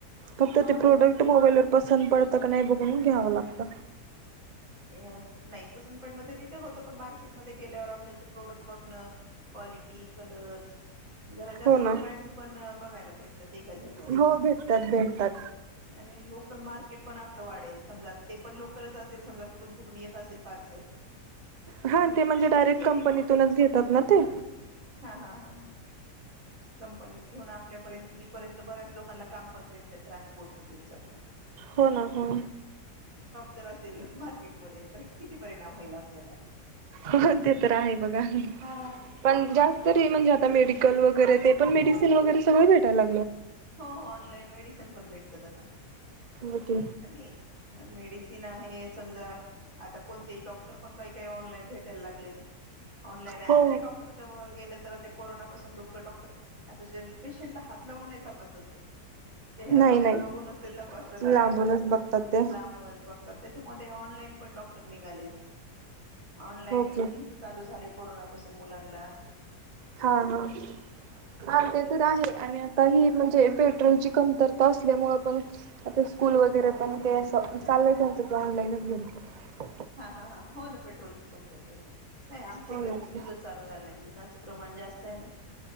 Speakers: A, on the right (about 80°); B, on the right (about 50°).
A: फक्त
B: हो
A: ते
B: ना
A: प्रोडक्ट
B: हो
A: मोबाईलवर पसंत पडतं का नाही बघून घ्यावं लागत.
B: नाही. पसंत पडलं तर रिटर्न होत. पण मार्केटमध्ये गेल्यावर आपल्याला ते प्रोडक्ट बघणं, क्वालिटी, कलर्स. जरा जास्त
A: हो ना.
B: व्हरायटी पण बघायला भेटतात. एकाच ह्याचे आपल्याला
A: हो
B: -
A: भेटतात भेटतात
B: - आणि लोकल मार्केट पण आपलं वाढेल. समजा आता ते पण लोकलच असेल समजा - कुठून कुठून येत असेल पार्सल.
A: हा
B: पण
A: म्हणजे
B: ते
A: डायरेक्ट
B: हे
A: कंपनीतूनच
B: म
A: घेतात ना ते.
B: हा. हा. हा ह. कंपनीत घेऊन आपल्यापर्यंत येईपर्यंत बऱ्याच लोकांनला काम पण भेटत्यात ट्रान्सपोर्ट च ते सगळं.
A: हो ना, हो.
B: जर असेल मार्केटमध्ये तर किती परिणाम होईल आपल्याला.
A: हो ते तर आहे बघा
B: हा
A: पण जास्त तरी म्हणजे आता मेडी -- कल वैगरे ते पण मेडिसीन वैगरे सगळ भेटाय ला
B: हो हो ऑनलाईन मेडिसिन पण भेटतात आता.
A: ओके
B: आणि मेडिसिन आहे. समझा -- आता कोणते डॉक्टर पण काही काही ऑनलाईन भेटायल लागलेत. ऑनलाईन असंही
A: हो
B: डॉक्टर जवळ गेलं तर ते कोरोना पासुन लोकं डॉक्टर असं श पेशंटला हात लाव उन नाही तपासत ते चेहरा
A: नाही
B: वैगरे
A: नाही
B: बघुन च ते तपासतात डायरेक्ट
A: लांबूनच
B: -- त
A: बघतात ते
B: लांबूनच बघतात. त्याच्यामध्ये ऑनलाईन पण डॉक्टर निघालेत. ऑनलाईन
A: ओके
B: टिचींग च चालू झालंय. कोरोनापासुन मुलांनला.
A: हा, हा. आमच्या ते तर आहे आणि आता ही म्हणजे पेट्रोलची कमतरता असल्यामुळं पण आता स्कूल वैगरे पण ते अस चाललंय त्यांच ते ऑनलाईनच घ्यायचं.
B: हा हा हा हो ना पेट्रोलची कमतरतेमुळे. नाही आमच्या
A: हो
B: इकडे
A: ना
B: तर स्कूलच चालू झाले नाहीत उन्हाच. प्रमाण जास्त हाय ना